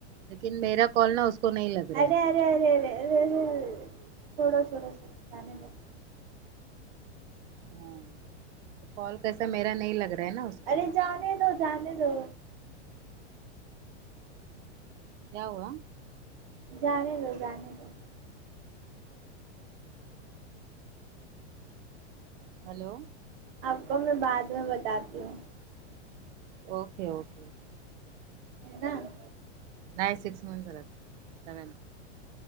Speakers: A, on the right; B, on the right.
A: لیکن میرا کال نہ اس کو نہیں لگ رہا
B: ارے
A: ہے
B: ارے ارے ارے ارے ارے ارے چھوڑو چھوڑو چھوڑو جانے دو
A: ہاں تو کال کیسا میرا نہیں لگ رہا ہے نا کو
B: ارے جانے دو جانے دو
A: کیا ہوا
B: جانے دو جانے دو
A: ہلو
B: آپ کو میں بعد میں بتاتی ہوں
A: اوکے اوکے اوکے
B: نا نا
A: نہیں سکس میں چل سیوین